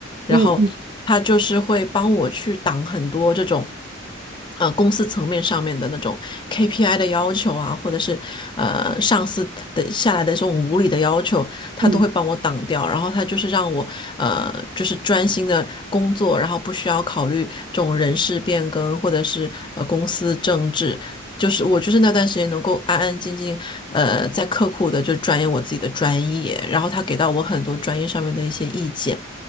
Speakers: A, on the left (about 25°); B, on the right (about 40°).
A: 然后他就是会帮我去挡很多这种，
B: 嗯嗯
A: 呃，公司层面上面的那种 KPI 的要求啊，或者是呃上司的下来的这种无理的要求，他都会帮我挡掉。
B: 嗯
A: 然后他就是让我呃，就是专心的工作，然后不需要考虑这种人事变更或者是呃公司政治。就是我就是那段时间能够安安静静，呃，在刻苦的就钻研我自己的专业，然后他给到我很多专业上面的一些意见。